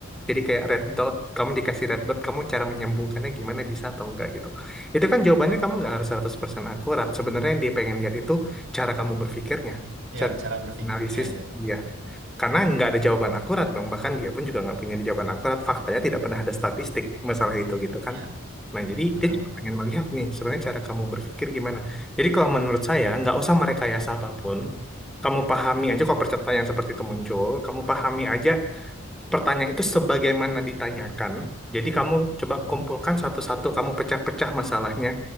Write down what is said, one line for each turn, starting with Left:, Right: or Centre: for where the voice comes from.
Centre: Jadi kayak red dot, kamu dikasih red dot, kamu cara menyambungkannya gimana bisa atau enggak gitu. Itu kan jawabannya kamu nggak harus 100% akurat. Sebenarnya yang dia pengen lihat itu cara kamu berpikirnya,
Right: Ya,
Centre: cara
Right: cara berpikirnya
Centre: analisis
Right: ya.
Centre: dia.
Right: Betul.
Centre: Karena nggak ada jawaban akurat dong, bahkan dia pun juga nggak punya jawaban akurat. Faktanya tidak pernah ada statistik masalah itu gitu kan.
Right: Ya,
Centre: Nah, jadi
Right: betul
Centre: dia cuma
Right: betul
Centre: pengen
Right: betul.
Centre: melihat nih sebenarnya cara kamu berpikir gimana. Jadi kalau menurut saya nggak usah merekayasa apapun. Kamu pahami aja kok pertanyaan seperti itu muncul. Kamu pahami aja pertanyaan itu sebagaimana ditanyakan. Jadi kamu coba
Right: Mhm.
Centre: kumpulkan satu-satu, kamu pecah-pecah masalahnya.